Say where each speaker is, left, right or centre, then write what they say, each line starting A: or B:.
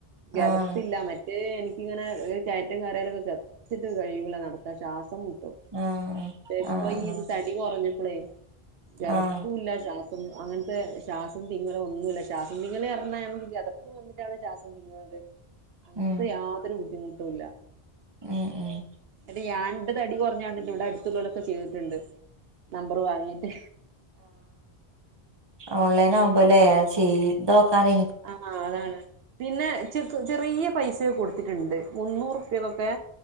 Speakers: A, on the right (about 75°); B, on the right (about 25°).
A: കിതപ്പില്ല
B: ആഹ്
A: മ എനിക്കിങ്ങനെ കയറ്റം കേറിയാലൊക്കെ കിതച്ചിട്ടും കഴിയൂല നടക്കാൻ ശ്വാസം മുട്ടും
B: ആഹ്
A: ഇപ്പൊ
B: ആഹ്
A: ഈ ഇത്
B: ആഹ്
A: തടി കുറഞ്ഞപ്പോളേ കിതപ്പുല്ല
B: ആഹ്
A: ശ്വാ അങ്ങനത്തെ ശ്വാസം തിങ്ങലൊന്നുമില്ല ശ്വാസം തിങ്ങല് പറഞ്ഞാ എന്നും കിതപ്പും ശ്വാസം <unintelligible> അങ്ങനത്തെ
B: ഉം
A: യാതൊരു ബുദ്ധിമുട്ടും ല്ല
B: ഉം ഉം
A: എന്നിട്ട് ഞാൻ ന്റെ തടി കുറഞ്ഞണ്ട് ഇവിടെ അടുത്തുള്ളോലൊക്കെ ചെയ്തിട്ടുണ്ട് നമ്പർ വാങ്ങിട്ട്
B: ഓൺലൈനാവുമ്പോലെ ചെയ്തോക്കാനെ
A: ആഹ് ഹാ അതാണ് പിന്നെ ചെ ചെറിയ പൈസയൊ കൊടുത്തിട്ടുണ്ട് മുന്നൂറുപ്യക്കൊക്കെ